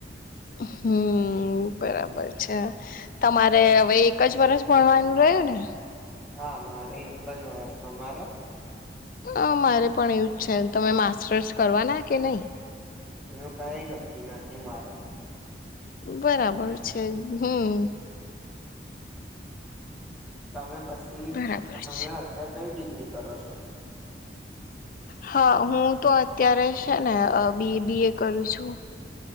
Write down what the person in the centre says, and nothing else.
હા મારે એક જ વર્ષ તમારા
એનું કઈ નક્કી નથી મારા
તમે પછી
તમે
અત્યારે કઈ ડિગ્રી કરો છો